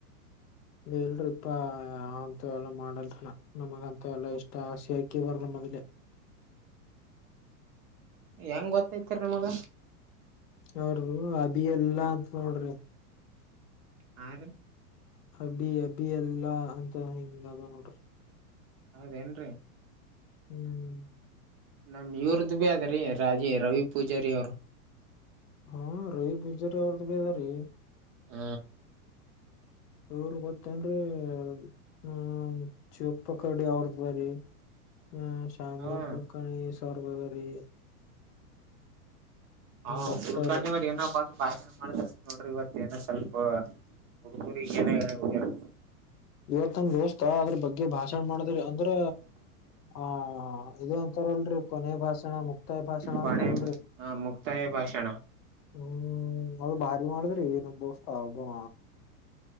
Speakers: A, on the left (about 85°); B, on the right (about 30°).
A: ಇಲ್ರರಿಪ್ಪಾ ಅಂತ ಎಲ್ಲ ಮಾಡಲ್ನ ನಮಗಂತ ಎಲ್ಲಾ ಇಷ್ಟ ಆಸೆ ಆಕಿ ಬರ್ ಅದಲೆ
B: <inaudible> ಹೆಂಗ್ ಗೊತ್ತೈತಿರಿ ನಿಮಗ
A: ಅವರು ಅಬಿ ಎಲ್ಲಾ ಅಂತ ನೋಡ್ರಿ
B: ಹಾರಿ.
A: ಅಬಿ ಅಬಿ ಎಲ್ಲಾ ಅಂತ ಹಿಂಗ ಅದ ನೋಡ್ರಿ.
B: ಹೌದೇನ್ರೀ.
A: ಹ್ಮ.
B: ನಮ್ಮ ಇವ್ರದ್ದ ಭೀ ಆದ್ರೀ ರಾಜಿ ರವಿ ಪೂಜಾರಿ ಅವರ
A: ಹಾ ರವಿ ಪೂಜಾರಿ ಅವ್ರ ಬಿ ಅದ ರಿ.
B: ಹ
A: ಇವರ ಗೊತ್ತನ್ರೀ ಹ್ಮ ಚಿಪ್ಪ ಕರ್ಡಿ ಅವ್ರ್ದಾರಿ.
B: <inaudible>
A: ಹ್ಮ ಶಂಬರ
B: ಹ
A: ಕುಲ್ಕರ್ಣಿ ಸರ್ವದರಿ
B: ಹಾ
A: ಡಾಕ್ಟರ್
B: ಹುಳ್ಕವ್ರ ಏನ ಬಂದ್ ಭಾಷಣ ಮಾಡತಾರಂತ ನೋಡ್ರಿ ಇವತ್ತ ಏನ ಕೆಲ್ಸ ಏನ್ ಹೇಳಿ ಹೋಗ್ಯಾರ.
A: ಇವತ್ ನಮ ದೋಸ್ತ ಅದ್ರ ಬಗ್ಗೆ ಭಾಷಣ ಮಾಡಿದ್ರ ಅಂದ್ರ ಆ ಇದು ಅಂತಾಲ್ರರಿ ಕೊನೆಯ ಭಾಷಣ ಮುಕ್ತಾಯ ಭಾಷಣ
B: ಕೊನೆ
A: ಅಂತಾಲ್ರರಿ.
B: ಹ ಮುಕ್ತಾಯ ಭಾಷಣ
A: ಹ್ಮ ಅದು ಭಾರಿ ಮಾಡಿದ್ರರಿ ನಮ್ ದೋಸ್ತ ಒಬ್ಬವ